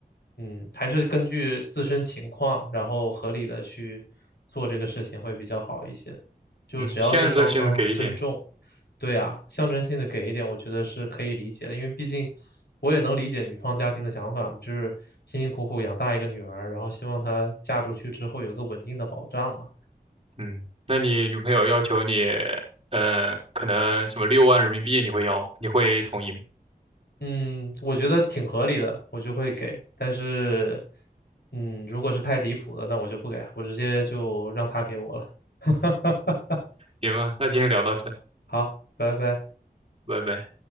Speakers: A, on the left; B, on the right.
A: 嗯，还是根据自身情况，然后合理的去做这个事情会比较好一些。就只要是双方尊重，
B: 嗯，象征性的给一点。
A: 对啊，象征性的给一点，我觉得是可以理解的，因为毕竟我也能理解女方家庭的想法嘛，就是辛辛苦苦养大一个女儿，然后希望她嫁出去之后有个稳定的保障嘛。
B: 嗯，那你女朋友要求你，呃，可能什么六万人民币，你会要，你会同意吗？
A: 嗯，我觉得挺合理的，我就会给。但是，嗯，如果是太离谱的，那我就不给，我直接就让他给我了。<laughs>
B: 行吧，那今天聊到这，
A: 好，拜拜。
B: 拜拜。